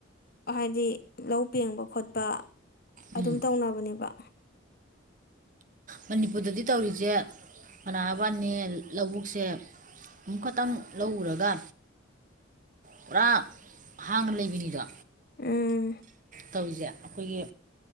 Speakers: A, on the left; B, on the right.
A: ꯍꯥꯏꯗꯤ ꯂꯧ ꯄꯦꯡꯕ ꯈꯣꯠꯄ ꯑꯗꯨꯝ
B: ꯎꯝ
A: ꯇꯧꯅꯕꯅꯦꯕ
B: ꯃꯅꯤꯄꯨꯔꯗꯗꯤ ꯇꯧꯔꯤꯁꯦ ꯃꯅꯥꯕꯥꯅꯦ ꯂꯧꯕꯨꯛꯁꯦ ꯑꯃꯨꯛ ꯈꯛꯇꯪ ꯂꯧꯔꯒ ꯄꯨꯔꯥ ꯍꯥꯡꯅ ꯂꯩꯕꯅꯤꯗꯣ
A: ꯎꯝ
B: ꯇꯧꯔꯤꯁꯦ ꯑꯩꯈꯣꯏꯒꯤ